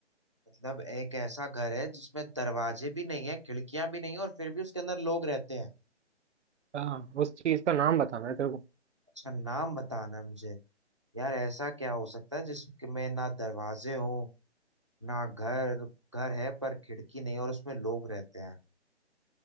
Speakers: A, on the right; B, on the right.
A: मतलब एक ऐसा घर है जिसमें दरवाजे भी नहीं है खिड़कियां भी नहीं है और फिर भी उसके अंदर लोग रहते हैं
B: हाँ उस चीज का नाम बताना है तेरे को
A: अच्छा नाम बताना है मुझे यार ऐसा क्या हो सकता है जिसमें ना दरवाजे हो ना घर घर है पर खिड़की नहीं और उसमें लोग रहते हैं